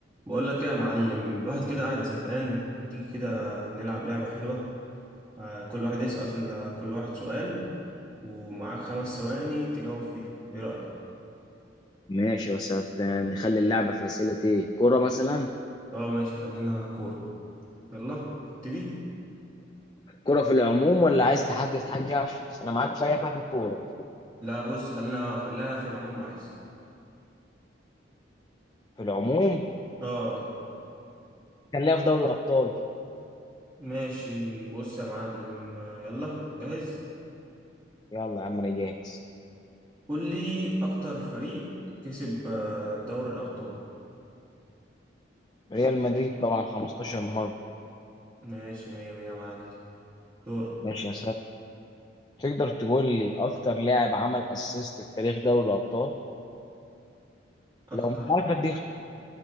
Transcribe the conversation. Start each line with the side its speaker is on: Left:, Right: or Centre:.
Right: بقول لك ايه يا معلم الواحد كده قاعد زهقان ما تيجي كده نلعب لعبة حلوة آه، كل واحد يسأل كل واحد سؤال ومعاك خمس ثواني تجاوب فيه ايه رأيك
Left: ماشي بس هت- نخلي اللعبة فاسيلتي كرة مثلا
Right: اه ماشي خلينا كورة يلا ابتدي
Left: كرة في العموم ولا عايز تحدد حاجة أنا معاك في أي حاجة في الكورة
Right: لا بص خلينا خلينا في العموم احسن
Left: في العموم
Right: اه
Left: خليها في دوري الأبطال
Right: ماشي بص يا معلم آه، يلا جاهز
Left: يلا يا عم أنا جاهز
Right: قول لي اكتر فريق كسب آه، دوري الابطال
Left: ريال مدريد طبعا 15 مرة
Right: ماشي مية مية يا معلم دورك
Left: ماشي يا ساتر تقدر تقول لي أكتر لاعب عمل أسيست في تاريخ دوري الأبطال
Right: اكتر
Left: لو مش عارف أديك